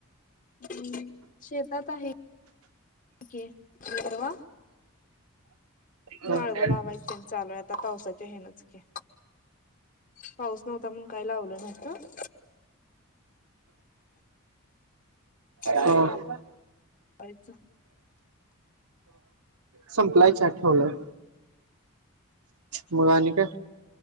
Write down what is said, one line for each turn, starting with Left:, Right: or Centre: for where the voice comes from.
Left: हम् शेतात आहे की, बरवा
Right: आहे
Left: माळवं लावायचं तेन चालूय आता. आता पावसाच्या हेनं चं की पाऊस नव्हता म्हणून काय लावलं नव्हतं. आता
Right: हो.
Left: लावायचं
Right: संपलाय चहा ठेवलाय. मं आणि काय